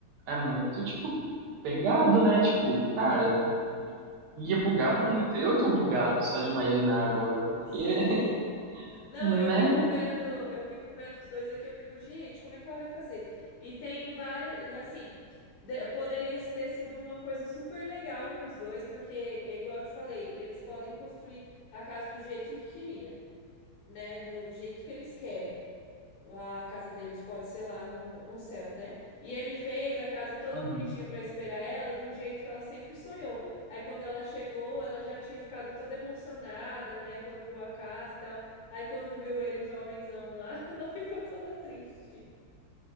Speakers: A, on the right; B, on the left.
A: é muito, tipo, pegado, né? Tipo, cara, ia bugar muito. Eu tô bugado só de imaginar agora, porque,
B: Sim.
A: <laughs>
B: Não,
A: né?
B: e eu fico vendo, eu fico vendo os dois aqui, eu fico, gente, como é que ela vai fazer? E tem várias, é assim, de- poderia ter sido uma coisa super legal para os dois, porque é igual eu te falei, eles podem construir a casa do jeito que queria, né? Do jeito que eles querem. A casa deles pode ser lá no, no céu, né? E ele fez a casa toda
A: Uhum.
B: bonitinha pra esperar ela, do jeito que ela sempre sonhou. Aí quando ela chegou, ela já tinha ficado toda emocionada, né? Quando viu a casa e tal. Aí quando viu ele jovenzão lá, <laughs> ela ficou toda triste.